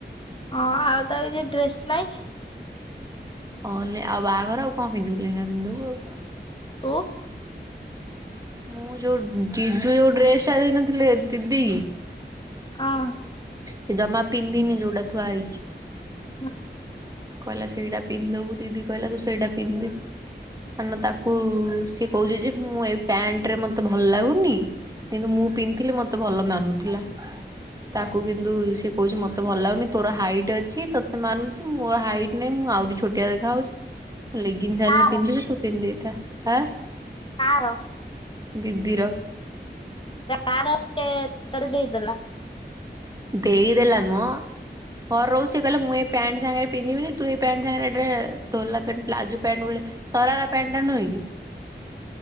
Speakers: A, on the left; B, on the right.
A: ହଁ ଆଉ ତାର କିଛି ଡ୍ରେସ୍ ନାଇଁ
B: ହଁ ଲେ ଆଉ ବାହାଘର ଆଉ କଣ ପିନ୍ଧିବୁ ଲେହେଙ୍ଗା ପିନ୍ଧି ଦବୁ ଆଉ।
A: ତୁ
B: ମୁଁ ଯୋଉ ଜିଜୁ ଯୋଉ ଡ୍ରେସ ଟା ଦେଇନଥିଲଥିଲେ ଦିଦି
A: ହଁ।
B: ସେ ଜମା ପିନ୍ଧିନି ଯୋଉଡା ଥୁଆ ହେଇଛି।
A: ହୁଁ।
B: କହିଲା ସେଇଟା ପିନ୍ଧବୁ ଦିଦି କହିଲା ତୁ ସେଇଟା ପିନ୍ଧେ କାର ତାକୁ ସିଏ କହୁଛିେ ଯେ ମୁଁ ଏଇ ପ୍ୟାଣ୍ଟ ରେ ମତେ ଭଲ ଲାଗୁନି କିନ୍ତୁ ମୁଁ ପିନ୍ଧଥିଲି ମତେ ଭଲ ମାନୁଥିଲା ତାକୁ କିନ୍ତୁ ସେ କହୁଛି ମତେ ଭଲ ଲାଗୁନି ତୋର ହାଇଟ ଅଛି ତୋତେ ମାନୁଛି ମୋର ହାଇଟ ନାଇଁ ମୁଁ ଆହୁରି ଛୋଟିଆ ଦେଖା ହଉଛି ଲେଗିନ୍ସି
A: କାର
B: ଆଣିଲେ ପିନ୍ଧିବି ତୁ ପିନ୍ଧିଦେ। କା ହଁ
A: କାର?
B: ଦିଦିର।
A: ତାର ସିଏ ତତେ ଦେଇଦେଲା।
B: ଦେଇଦେଲା ନୁହଁ ଘ ରହୁ ସିଏ କହିଲେ ମୁଁ ଏ ପ୍ୟାଣ୍ଟ ସାଙ୍ଗରେ ପିନ୍ଧିବିନି ତୁ ଏଇ ପଣ୍ଟ ସାଙ୍ଗରେ ଢୋଲା ପ୍ୟାଣ୍ଟ ପ୍ଲାଜୋ ପ୍ୟାଣ୍ଟ ଭଳିଆ ସରାରାପ୍ୟାଣ୍ଟ ଟା ନୁହେଁ କି?